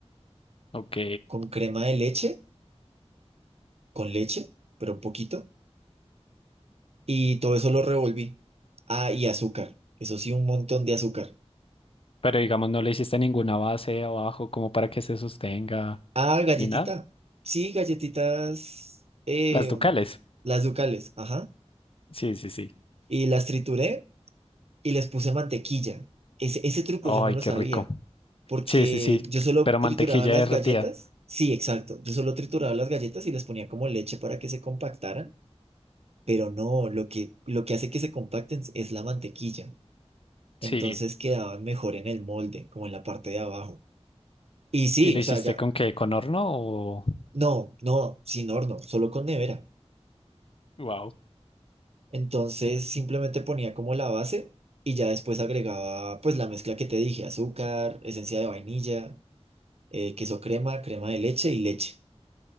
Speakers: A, on the left (about 55°); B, on the right (about 65°).
A: Ok.
B: con crema de leche, con leche, pero un poquito y todo eso lo revolví. Ah, y azúcar, eso sí, un montón de azúcar.
A: Pero digamos, no le hiciste ninguna base abajo como para que se sostenga
B: Ah, galletita,
A: ni nada.
B: sí, galletitas, eh,
A: Las ducales.
B: las ducales, ajá.
A: Sí, sí, sí.
B: Y las trituré y les puse mantequilla. Ese, ese truco
A: Ay,
B: yo no lo
A: qué
B: sabía,
A: rico.
B: porque
A: Sí, sí, sí,
B: yo solo
A: pero mantequilla
B: trituraba las
A: derretida.
B: galletas. Sí, exacto. Yo solo trituraba las galletas y les ponía como leche para que se compactaran, pero no, lo que, lo que hace que se compacten es la mantequilla. Entonces
A: Sí,
B: quedaban mejor en el molde, como en la parte de abajo. Y sí,
A: ¿y lo
B: o
A: hiciste
B: sea, ya,
A: con qué? ¿Con horno o...?
B: no, no, sin horno, solo con nevera.
A: Wow.
B: Entonces simplemente ponía como la base y ya después agregaba pues la mezcla que te dije, azúcar, esencia de vainilla, eh, queso crema, crema de leche y leche.